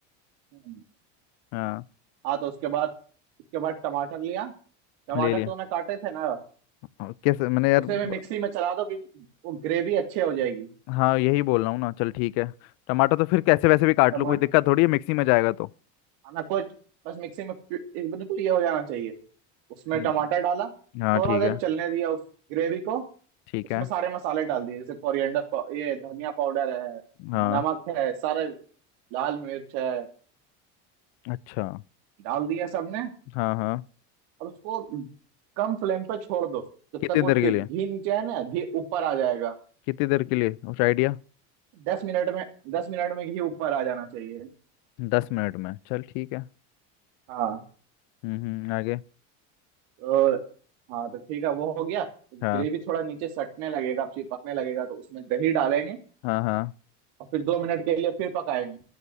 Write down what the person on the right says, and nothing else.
हम्म।
हाँ तो उसके बाद उसके बाद टमाटर लिया टमाटर
तूने काटे थे ना
उसे
मैं मिक्सी में चला दो कि वो ग्रेवी अच्छे हो जाएगी
टमाटर
खाना को बस मिक्सी में पि- एक बिल्कुल ये हो जाना चाहिए उसमें
टमाटर डाला
थोड़ा
देर
चलने दिया उस ग्रेवी को
उसमें
सारे मसाले डाल दिए जैसे कोरिएंडर पाउ- ये धनिया पाउडर है
नमक है सारे लाल मिर्च है
डाल दिया सबने
और उसको कम फ्लेम पे छोड़ दो जब
तक वो
ति-
घी नीचे है ना घी ऊपर आ जाएगा
दस मिनट में दस मिनट में घी ऊपर आ जाना चाहिए
हाँ
तो हाँ तो ठीक है वो हो गया तो ग्रेवी
थोड़ा नीचे सटने लगेगा चिपकने लगेगा तो उसमें दही डालेंगे
और फिर दो मिनट के लिए फिर पकाएंगे